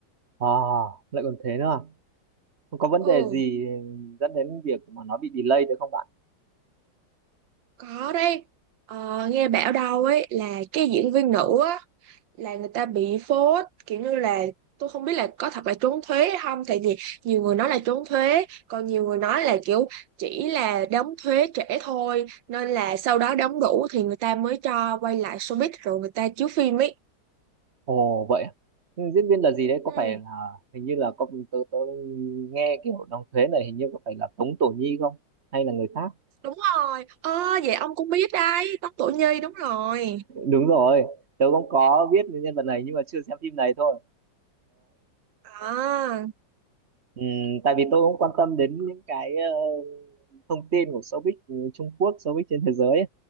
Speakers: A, on the right; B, on the right.
A: à lại còn thế nữa à? Không có vấn
B: Ừ.
A: đề gì dẫn đến việc mà nó bị delay được không bạn
B: Có đấy. Ờ, nghe bảo đâu ấy là cái diễn viên nữ á là người ta bị phốt kiểu như là tôi không biết là có thật là trốn thuế hay không tại vì nhiều người nói là trốn thuế còn nhiều người nói là kiểu chỉ là đóng thuế trễ thôi nên là sau đó đóng đủ thì người ta mới cho quay lại showbiz rồi người ta chiếu phim ấy
A: ồ vậy à? Nhưng diễn viên là gì đấy có
B: ừ
A: phải là hình như là có tớ, tớ nghe cái hội đồng thuế này hình như có phải là Tống Tổ Nhi không hay là người khác
B: đúng rồi ơ vậy ông cũng biết đấy Tóc Tổ Nhi đúng rồi
A: đúng rồi tớ cũng có biết nhân vật này nhưng mà chưa xem phim này thôi
B: à
A: Ừm, tại vì tôi cũng quan tâm đến những cái ờ, thông tin của showbiz ừ, Trung Quốc, showbiz trên thế giới ấy.